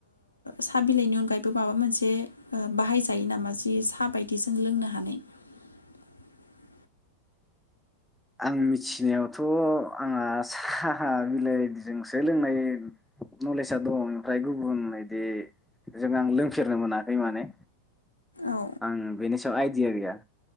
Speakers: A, on the left; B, in the centre.
A: साहा बिलाइनि अनगायैबो माबा मोनसे बाहाय जायो नामा जि सा बायदि जों लोंनो हायो <inaudible>
B: आं मिथिनायावथ' आंहा साहा बिलाइजोंसो लोंनाय नलेजा दङ ओमफ्राय गुबुन बिदिजों आं लोंफेरनो मोनाखै माने
A: औ
B: आं बेनि सायाव आइडिया गैया